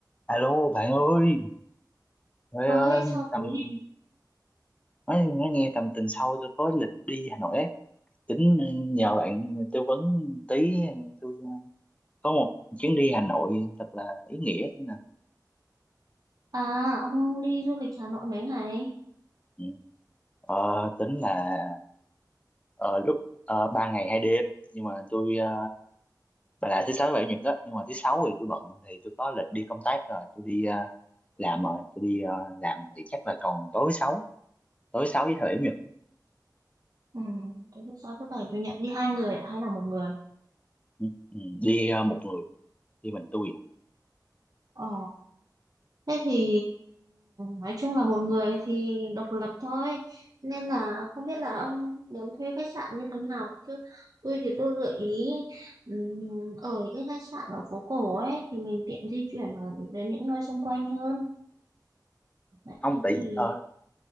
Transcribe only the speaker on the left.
Alo bạn ơi, Trời
ơi
tầm
nói, nói nghe tầm tuần sau tôi có lịch đi Hà Nội ấy. Tính ờ, nhờ bạn tư vấn tí tôi có một chuyến đi Hà Nội thật là ý nghĩa thế nào.
Ừ. Ờ, tính là ờ, lúc ờ, ba ngày hai đêm nhưng mà tôi ờ, bà là thứ sáu thứ bảy chủ nhật đó nhưng mà thứ sáu thì tôi bận thì tôi có lịch đi công tác rồi tôi đi ờ, làm rồi tôi đi ờ, làm thì chắc là còn tối sáu tối sáu với thứ bảy chủ nhật
ừ. ừ, đi ờ, một người đi mình tôi
không tại
vì, ờ,